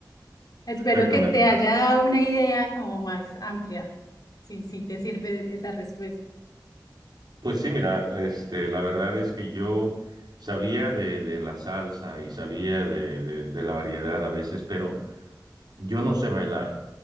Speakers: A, on the left (about 60°); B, on the right (about 70°).
A: Espero
B: Perfecto.
A: que
B: me-
A: te haya dado una idea como más amplia, si, si te sirve esa respuesta.
B: Pues sí, mira, este, la verdad es que yo sabía de, de la salsa y sabía de, de- de la variedad a veces, pero yo no sé bailar.